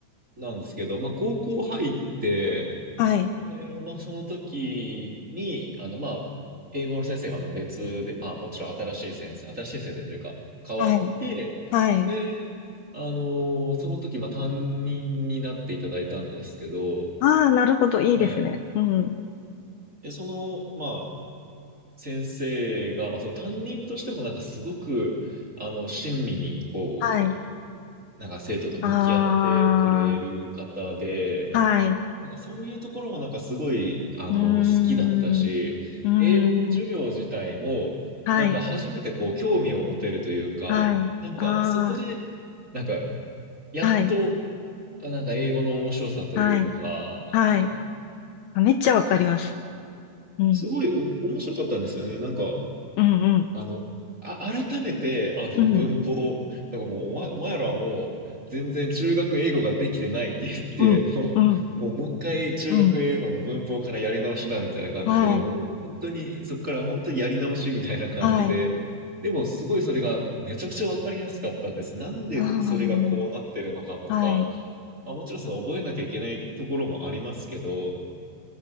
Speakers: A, on the right; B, on the left.
A: なんですけど、まあ、高校入って、
B: はい、
A: で、まあ、その時に、あの、まあ、英語の先生があの別で、まあ、もちろん新しい先生、新しい先生というか、変わって、
B: はい、はい。
A: で、あの、その時、まあ、担任になっていただいたんですけど、
B: ああ、なるほど、いいですね。
A: はい。
B: うん、
A: で、その、まあ、先生が、まあ、その担任としても、なんか、すごく、あの、親身に、こう、
B: はい。
A: なんか、生徒と向き合ってくれる方で、
B: ああ、はい。
A: なんかそういうところもなんかすごい、あの、
B: うーん、
A: 好きだったし、
B: うーん、
A: 英語の授業自体も、
B: はい、
A: なんか初めてこう興味を持てるというか、
B: はい。
A: なんかそこで、
B: あ
A: なんかやっと、
B: あ、はい。
A: あなんか英語の面白さというか、
B: はい。
A: あ、
B: はい。あ、めっちゃわかります。
A: なんかす
B: うん。
A: すごいお面白かったんですよね。なんか
B: うん、うん。
A: あの、あ、改めて、あの、
B: うん。
A: <laughs> 文法、なんかもう、お前、お前らはもう、全然中学英語ができてないって言って、
B: うん。
A: もう、
B: うん。
A: もう、もう一回中学英語の文法からやり直しだ、
B: うん。
A: みたいな感じで、
B: はい。
A: もう、本当に、そこから本当にやり直しみたいな感じで、
B: はい。
A: でも、すごいそれが、めちゃくちゃわかりやすかったんです。なんでそれがこうなってるのかとか、
B: ああ。はい。
A: まあ、もちろんその覚えなきゃいけないところもありますけど、